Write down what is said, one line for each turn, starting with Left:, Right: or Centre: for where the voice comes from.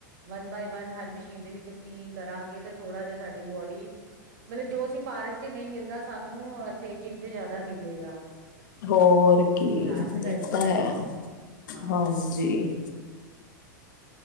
Right: ਵਨ ਬਾਏ ਵਨ, ਹਰ ਮਸ਼ੀਨ ਦੇ ਵਿੱਚ ਅਸੀਂ ਕਰਾਂਗੇ ਤੇ ਥੋੜਾ ਜਿਹਾ ਸਾਡੀ ਬੋਡੀ, ਮਤਲਬ ਜੋ ਅਸੀਂ ਪਾਰਕ 'ਚ ਨਹੀਂ ਮਿਲਦਾ, ਸਾਨੂੰ ਇੱਥੇ ਜਿੰਮ ਤੇ ਜਿਆਦਾ ਮਿਲੇ।
Left: ਹੋਰ ਕੀ
Right: ਐਕਸਰਸਾਈਜ਼
Left: ਨਹੀਂ
Right: ਕਰਨ
Left: ਤਾਂ ਹੈ,
Right: ਨੂੰ ਹਾਂ
Left: ਹਾਂਜੀ।